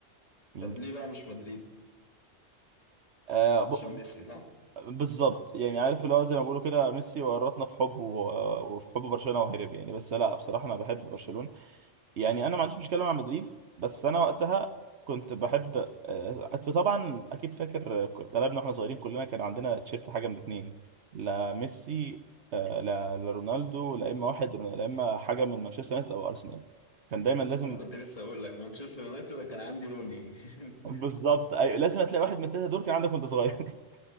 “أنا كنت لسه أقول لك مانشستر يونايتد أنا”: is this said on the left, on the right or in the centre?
Left